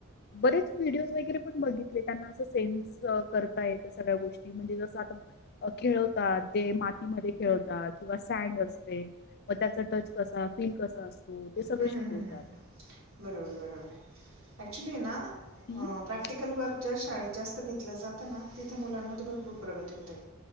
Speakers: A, on the left; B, on the right.
A: बरेच व्हिडओ बघितले त्यांना अस सेन्स करता येत सगळ्या गोष्टी म्हणजे जसं आता खेळवतात ते मातीमध्ये खेळतात किंवा सँड असते व त्याचा टच कसा फील कसा असतो ते सगळं
B: हूं
A: शिकवतात
B: हूं हूं हूं हूं बरोबर बरोबर ये ऍक्चुली ये ना अ
A: ना
B: प्रॅक्टिकल वर्क ज्या शाळेत जास्त घेतलं जातं ना तिथे मुलांमध्ये भरपूर प्रगती होते.